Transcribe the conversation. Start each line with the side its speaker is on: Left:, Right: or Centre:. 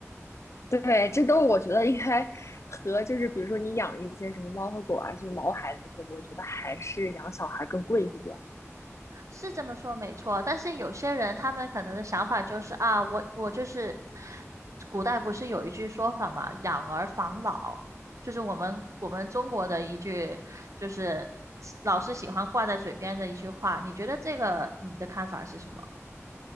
Left: 对，这都我觉得应该和就是比如说你养一些什么猫和狗啊，就是毛孩子，我觉得还是养小孩更贵一点。
Right: 是这么说没错，但是有些人他们可能的想法就是啊，我我就是，古代不是有一句说法嘛，养儿防老，就是我们我们中国的一句，就是老是喜欢挂在嘴边的一句话。你觉得这个你的看法是什么？